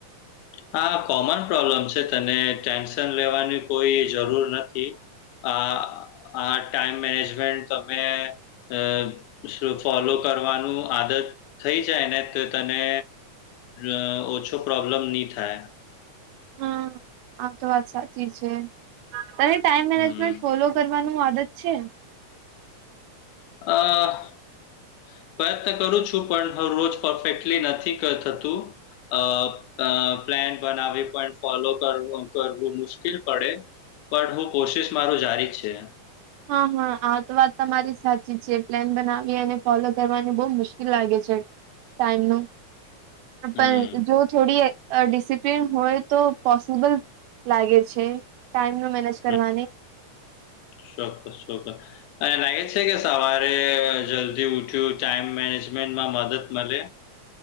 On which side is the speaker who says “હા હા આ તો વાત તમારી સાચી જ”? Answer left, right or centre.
Right